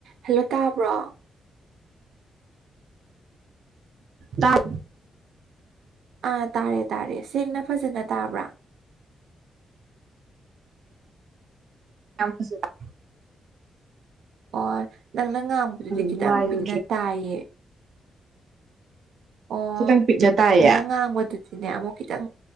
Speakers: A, on the right; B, on the right.
A: hello ꯇꯥꯕ꯭ꯔꯣ
B: ꯇꯥꯏ
A: ꯑꯥ ꯇꯥꯔꯦ ꯇꯥꯔꯦ ꯁꯦꯡꯅ ꯐꯖꯅ ꯇꯥꯕ꯭ꯔꯥ
B: ꯀꯌꯥꯝ ꯐꯖꯒꯦ
A: ꯍꯣꯏ ꯅꯪꯅ ꯉꯥꯡꯕꯗꯨꯗꯤ ꯈꯤꯇꯪ
B: ꯅꯨꯡꯉꯥꯏꯔꯨꯗ꯭ꯔꯦ
A: ꯄꯤꯛꯅ ꯇꯥꯏꯌꯦ ꯑꯣ
B: ꯈꯤꯇꯪ ꯄꯤꯛꯅ ꯇꯥꯏꯌꯦ
A: ꯅꯪꯅ ꯉꯥꯡꯕꯗꯨꯗꯤꯅꯦ ꯑꯃꯨꯛ ꯈꯤꯇꯡ